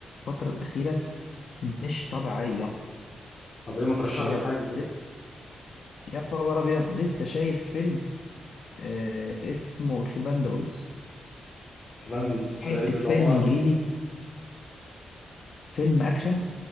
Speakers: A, on the left; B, on the left.
A: الفتره الاخيره مش طبيعيه
B: طب ايه ما ترشح
A: بجد
B: لي حاجه كده
A: لسه يا خبر ابيض لسه شايف فيلم آه اسمه اكسباندبلز
B: سيباندوز ده
A: حته
B: ايه ده ده
A: فيلم
B: عباره عن
A: انجليزي
B: ايه
A: فيلم اكشن